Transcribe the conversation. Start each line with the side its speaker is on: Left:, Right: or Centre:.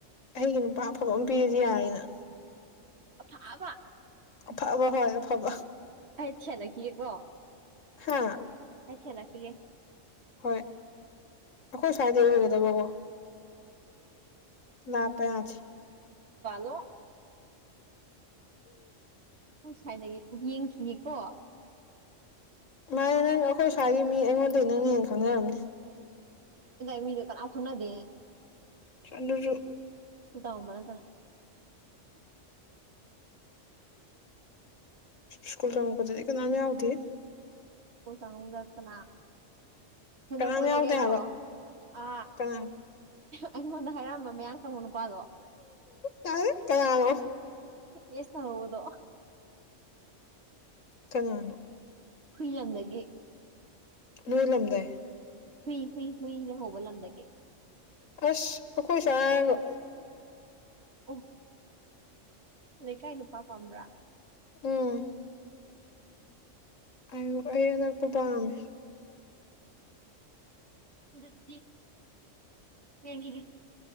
Left: ꯑꯩꯒꯤ ꯅꯨꯄꯥ ꯑꯐꯕ ꯑꯃ ꯄꯤꯔꯗꯤ ꯌꯥꯔꯦꯅ
Right: ꯑꯐꯕ
Left: ꯑꯐꯕ ꯍꯣꯏ ꯑꯐꯕ
Right: ꯑꯩ ꯁꯦꯟꯅꯈꯤꯑꯀꯣ
Left: ꯍꯥ
Right: ꯍꯆꯂ ꯁꯤꯒꯦ
Left: ꯍꯣꯏ ꯑꯩꯈꯣꯏ ꯁ꯭ꯋꯥꯏꯗ ꯑꯣꯏꯒꯗꯕꯀꯣ ꯂꯥꯞꯄ ꯌꯥꯗꯦ
Right: ꯂꯣ ꯑꯩ ꯁꯥꯏꯅ ꯌꯦꯡꯈꯤꯌꯦꯀꯣ
Left: ꯃꯥꯅꯦ ꯅꯪ ꯑꯩꯈꯣꯏ ꯁ꯭ꯋꯥꯏꯒꯤ ꯃꯤ ꯑꯩꯉꯣꯟꯗꯒꯤ ꯅꯪꯅ ꯍ ꯈꯪꯅꯔꯝꯅꯤ
Right: ꯃꯤ ꯂꯈꯪꯅꯗꯤ
Left: ꯆꯗꯁꯨ
Right: ꯎꯗꯕꯅ
Left: ꯁ꯭ꯀꯨꯜ ꯇꯝ ꯄꯊ ꯀꯣ ꯅ ꯑꯊꯤ
Right: ꯈꯨ ꯀꯥꯡꯨꯗꯛꯇꯅꯥ ꯀꯩꯅꯣ
Left: ꯀꯅꯥꯝ
Right: ꯀꯣꯏꯔꯒꯦꯔꯣ
Left: ꯌꯥꯎꯗꯦ ꯍꯥꯏꯕ
Right: ꯑ
Left: ꯀꯅꯥ
Right: ꯑꯩꯉꯣꯟꯗ ꯍꯥꯏꯔꯝꯕ ꯃꯌꯥꯝ ꯃꯅ ꯄꯥꯒ
Left: ꯇꯥꯔꯦ ꯀꯅꯥꯅꯣ
Right: ꯌꯦꯁꯗꯣ
Left: ꯀꯔꯤ ꯋꯥꯅ
Right: ꯐꯂꯗꯒ
Left: ꯃꯂꯝꯝꯗꯏ
Right: ꯐꯨꯏ ꯍꯨꯏ ꯍꯨꯏꯅ ꯍꯧꯕꯂꯝꯗꯒꯦ
Left: ꯑꯁ ꯑꯈꯨꯁꯥꯒ
Right: ꯎ ꯂꯩ ꯀꯥꯏ ꯅꯨꯄꯥ ꯄ ꯑꯃꯥ
Left: ꯎꯝ ꯑꯨ ꯑꯩꯌ ꯑꯅꯛꯄ ꯄꯥꯝꯃꯦ
Right: ꯑꯗꯨꯗꯤ ꯄꯒꯤ